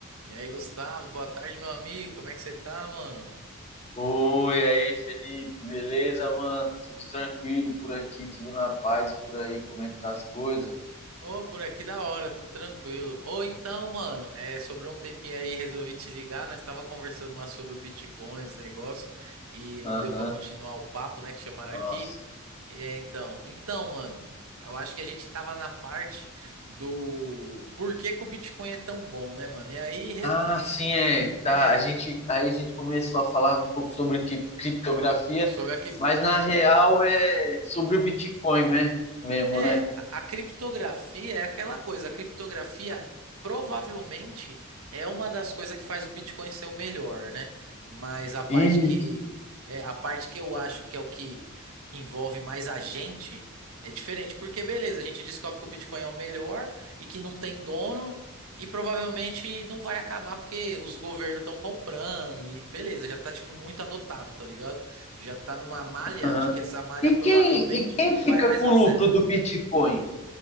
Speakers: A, on the right (about 85°); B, on the left (about 30°).
A: E aí, Gustavo, boa tarde, meu amigo. Como é que você tá, mano?
B: Oi, aí, Felipe, beleza, mano? Tudo tranquilo por aqui, tudo na paz e por aí, como é que tá as coisas?
A: Ô, por aqui da hora, tudo tranquilo. Ou então, mano, é, sobrou um tempinho aí, resolvi te ligar. Nós tava conversando lá sobre o Bitcoin, os negócios, e não
B: Aham,
A: deu pra continuar o papo, né, que chamaram aqui.
B: nossa.
A: É, então, então, mano, eu acho que a gente tava na parte do por que que o Bitcoin é tão bom, né, mano? E aí, res-
B: Ah, sim, é,
A: é,
B: tá, a gente, aí a gente começou a falar um pouco sobre cri- criptografia,
A: sobre aqui.
B: mas na real é sobre o Bitcoin, né, mesmo,
A: É,
B: né?
A: a a criptografia é aquela coisa. A criptografia provavelmente é uma das coisas que faz o Bitcoin ser o melhor, né? Mas a parte
B: Isso,
A: que é a parte que eu acho que é o que, que envolve mais a gente é diferente, porque beleza, a gente descobre que o Bitcoin é o melhor e que não tem dono e provavelmente não vai acabar porque os governos estão comprando e beleza, já tá tipo muito adotado, tá ligado? Já tá numa malha
B: aham.
A: de que essa malha
B: E
A: provavelmente
B: quem, e quem
A: não
B: fica
A: vai mais
B: com
A: a
B: o
A: zero.
B: lucro do Bitcoin?